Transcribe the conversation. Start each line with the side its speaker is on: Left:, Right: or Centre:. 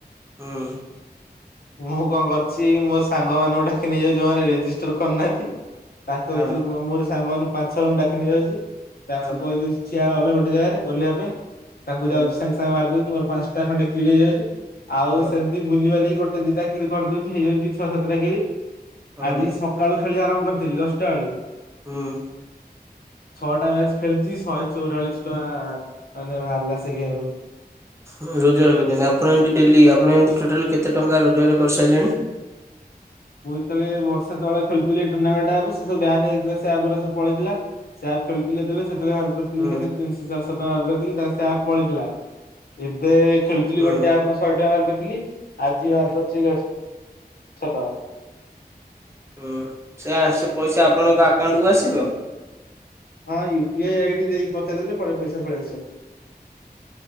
Right: ହୁଁ
Left: ମୁଁ କଣ କରୁଛି? ମୋ ସାଙ୍ଗ ମାନଙ୍କୁ ଡାକିକି ନେଇଯାଉଛି। ଯୋଉମାନେ ରେଜିଷ୍ଟର୍ କରିନାହାନ୍ତି। ତାଙ୍କ
Right: ହଁ
Left: ଭିତରୁ ମୁଁ ମୋର୍ ସାଙ୍ଗ ମାନଙ୍କୁ ପାଞ୍ଚ ଛଅ ଜଣଙ୍କୁ ଡ଼ାକି ନେଇଯାଉଛି। ତାଙ୍କୁ
Right: ହଁ।
Left: କହି ଦୋଉଛି ଠିଆ ହୋବେ ଗୋଟେ ଜାଗାରେ ଓହ୍ଲେଇବା ପାଇଁ। ତାଙ୍କୁ
Right: ହଁ
Left: ଯାଉଛି। ସାଙ୍ଗେ ସାଙ୍ଗେ ମାରି ଦୋଉଛି ମୋର ପାଞ୍ଚଟା ଖଣ୍ଡେ କିଲ ହେଇ ଯାଉଛି। ଆଉ
Right: ହଁ
Left: ସେମିତି ବୁଲିବାଲିକି। ଗୋଟେ ଦି ଟା କିଲ କରିଦଉଛି। ହେଇଯାଉଛି ଦି ଛଅ ସାତ ଟା କିଲ।
Right: ହଁ।
Left: ଆଜି ସକାଳୁ ଖେଳି ଆରମ୍ଭ କରିଥିଲି। ଦଶଟା ବେଳୁ।
Right: ହୁଁ।
Left: ଛଅ ଟା ମ୍ୟାଚ୍ ଖେଳିଛି। ଶହେ ଚଉରାଳିଶ ଟଙ୍କା ମାନେ ବାହାରିଲା, ସେ ଗେମ୍ ରୁ।
Right: ରୋଜୋଗାର କରିଛନ୍ତି। ଆପଣ ଏମିତି ଡେଲି, ଆପଣ ଏମିତି ଟୋଟାଲ୍ କେତେ ଟଙ୍କା ରୋଜୋଗାର କରି ସାରିଲେଣି?
Left: ମୁଁ ଯେତେବେଳେ ଏଇ ବର୍ଷେ ତଳେ ଖେଳୁଥିଲି। ଟୁର୍ଣ୍ଣାମେଣ୍ଟ ଆପ୍ ରେ ସେ ସବୁ ବ୍ୟାନ୍ ହେଇଥିଲା। ସେ ଆଗରା ସବୁ ପଳେଇ ଥିଲା। ସେ ଆପ୍ ଖେଳୁଥିଲି ଯେତେବେଳେ, ସେତେବେଳ କରିଥିଲି
Right: ହୁଁ
Left: କେତେ? ତିନିଶ ଚାରିଶହ ଟଙ୍କା ରୋଜୋଗାର କରିଥିଲି। ତାପରେ ସେ ଆପ୍ ପଳେଇ ଥିଲା। ଏବେ ଖେଳୁ ଥିଲି।
Right: ହୁଁ
Left: ଗୋଟେ ଆପ୍ ରୁ ଶହେ ଟଙ୍କା ବାହାର କରିଥିଲି। ଆଜି ବାହାର କରିଛି ଦେଢ଼ଶ ଟଙ୍କା।
Right: ହଁ। ସେ ଆ ସେ ପଇସା ଆପଣଙ୍କ ଆକାଉଣ୍ଟକୁ ଆସିବ?
Left: ହଁ। ୟୁ ପି ଆଇଡି ଦେଇକି ପଠେଇ ଦେଲେ। ପଳେଇ ପଇସା ପଳେଇ ଆସିବ।